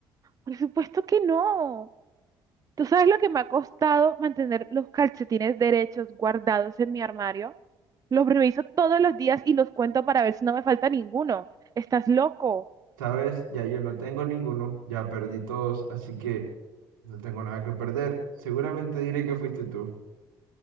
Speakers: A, on the right; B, on the right.
A: Por supuesto que no. ¿Tú sabes lo que me ha costado mantener los calcetines derechos guardados en mi armario? Los reviso todos los días y los cuento para ver si no me falta ninguno. ¿Estás loco?
B: Sabes, ya yo no tengo ninguno, ya perdí todos, así que no tengo nada que perder. Seguramente diré que fuiste tú.